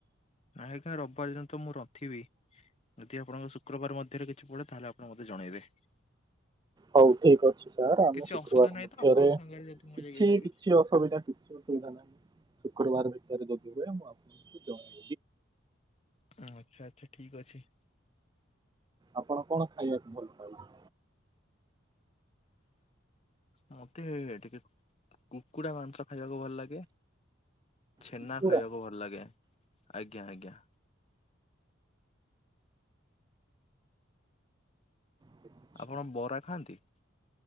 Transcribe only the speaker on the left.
ନାଇଁ ଆଇଖା ରବିବାର ଦିନ ତ ମୁଁ ରଥିବି ଯଦି ଆପଣଙ୍କ ଶୁକ୍ରବାର ମଧ୍ୟରେ କିଛି ପଡେ ତାହେଲେ ଆପଣ ମତେ ଜଣେଇବେ।
କିଛି
ଅସୁବିଧା ନାହିଁ
ତ ଆପଣଙ୍କ ସାଙ୍ଗରେ ଯଦି ମୁଁ
ଯାଇକି ଖାଇବି?
ଆଚ୍ଛା ଆଚ୍ଛା ଠିକ୍ ଅଛି।
ମତେ ଏଇଆ ଟିକେ କୁକୁଡ଼ା ମାଂସ ଖାଇବାକୁ ଭଲ ଲାଗେ ଛେନା
ଖାଇବାକୁ ଭଲ ଲାଗେ। ଆଜ୍ଞା ଆଜ୍ଞା।
ଆପଣ ବରା ଖାଆନ୍ତି?